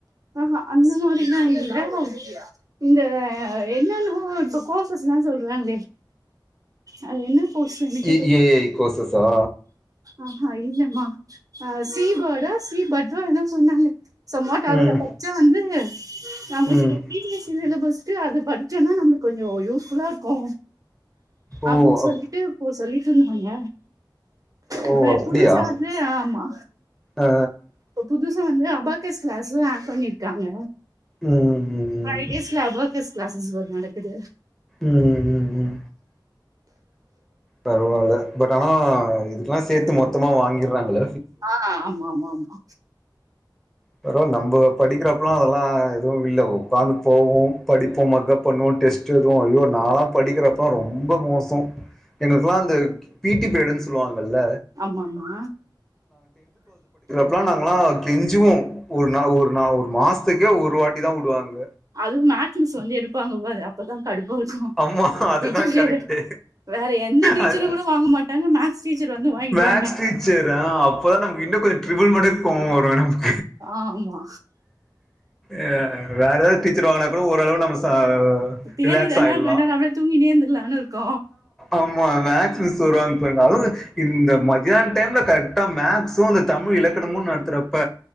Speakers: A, on the right (about 45°); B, in the centre.
A: ஆஹ அந்த மாதரில்ல இல்ல இந்த என்னென்னவோ இப்ப கோர்ஸ்சஸ்ல சொல்றாங்களே அது என்ன கோர்ஸ் எனக்கே
B: இ ஏ கோசஸ்சா
A: ஆஹ இல்லம்மா ஆ சீ பேர்ட்டா சி பத்தோ ஏதோ சொன்னாங்க சம்மோட்
B: ம்
A: அதுல பச்ச வந்து நம்ம
B: ம்
A: <unintelligible> இ ஜி எஸ் சிலபஸ்க்கு அது படிச்சோனா நமக்கு கொஞ்சோ யூஸ் ஃபுல்லா இருக்கு
B: ஓ
A: அப்டினு சொல்லிட்டு
B: அப்
A: போ சொல்லிட்டு இருந்தாங்க
B: ஓ
A: இப்ப
B: அப்டியா
A: புதுசா வந்து ஆமா
B: ஆ
A: இப்ப புதுசா வந்து அபாக்கஸ் கிளாஸ்சு ஆட் பண்ணிருக்காங்க
B: ம் ம் ம்
A: ஃபை டேஸ்ல அபாகஸ் கிளாஸஸ் வேற நடக்குது
B: ம் ம் ம் பரவால பட் ஆனா இதுகெல்லா சேத்து மொத்தமா வாங்கிற்றாங்கள
A: ஆ ஆமா ஆமா ஆமா
B: பரவா நம்ப படிக்கிறப்பல்லா அதெல்லா எதுவு இல்ல உட்காந்து போவோ படிப்போ மக்கப் பண்ணுவோ டெஸ்ட் எழுதுவோ ஐயோ நாளா படிக்கிறப்பலா ரொம்ப மோசோ எங்களுக்கலா அந்த பீட்டீ பீரியடுனு சொல்லுவாங்ள
A: ஆமா ஆமா
B: ப்லா நாங்களா கெஞ்சுவோ ஒரு நா ஒரு நா ஒரு மாசத்துக்கே ஒரு வாட்டி தா உடுவாங்க
A: அதுவு மேக்ஸ் மிஸ் வந்து எடுப்பாங்க பாரு அப்பதா கடுப்பா இருக்கும
B: ஆமா
A: அந்த
B: அதுதான் கரெக்ட்டு
A: <unintelligible> வேற எந்த டீச்சரு
B: அது
A: கூட வாங்க மாட் தாங்க மேக்ஸ் டீச்சர் வந்து வாங்கிடுவ
B: மேக்ஸ் டீச்சர் ஆ அப்பதா நம்க்கு இன்னு கொஞ்ச ட்ரிபிள் மடக்கு கோவ வரு நமக்
A: ஆமா
B: ஆ வேற ஏதாவது டீச்சர் வாங்கினா கூட ஓரளவு நம்ம ச
A: தியரிதானே
B: ரிலாக்ஸ் ஆயிட்லா
A: கொஞ்ச நேரோ அப்டியே தூங்கினே இருந்துலான்னு இருக்கு
B: ஆமா மேக் மிஸ் வருவாங்க அதுவு இந்த மத்தான டைம்ல கரெக்டா மேக்ஸ் சோ அந்த தமிழ் இலக்கணமு நட இருக்கறப்ப